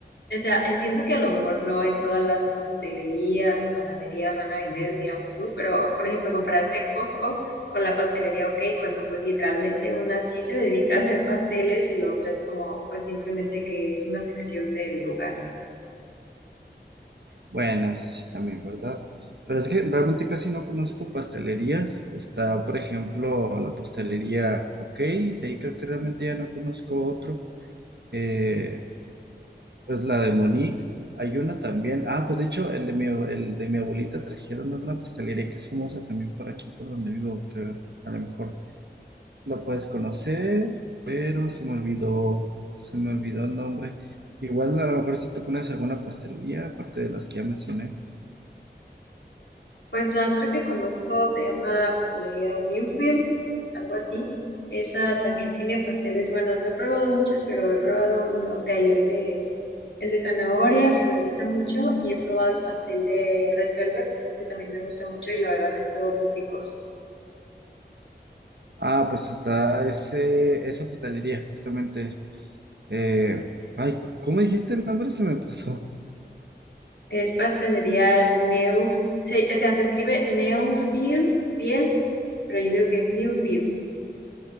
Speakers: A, on the left (about 80°); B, on the right (about 70°).
A: o sea, entiendo que a lo mejor no en todas las pastelerías o panaderías van a vender el tiramisú, pero, por ejemplo, comparaste a Costco con la pastelería OK, cuando pues literalmente una sí se dedica a hacer pasteles y la otra es como, pues, simplemente que es una sección del lugar.
B: Bueno, eso sí también, ¿verdad? Pero es que realmente casi no conozco pastelerías. Está, por ejemplo, la pastelería OK, de ahí creo que realmente ya no conozco otro. Eh, pues la de Monique, hay una también. Ah, pues de hecho, el de mi, ab- el de mi abuelita trajeron una pastelería que es famosa también por aquí, por donde vivo, creo. A lo mejor la puedes conocer, pero se me olvidó, se me olvidó el nombre. Igual a lo mejor si tú conoces alguna pastelería, aparte de las que ya mencioné.
A: Pues la otra que conozco se llama Pastelería Newfield, algo así. Esa también tiene pasteles buenos. No he probado muchos, pero he probado uno de ahí, el de, el de zanahoria, que me gusta mucho, y he probado el pastel de Red Velvet. Ese también me gusta mucho y la verdad han estado muy ricos.
B: Ah, pues está ese, esa pastelería, justamente. Eh, ay, c- ¿cómo dijiste el nombre? Se me pasó.
A: Es pastelería Neuf, se- o sea, se escribe Newfield, Field, pero yo digo que es Newfield.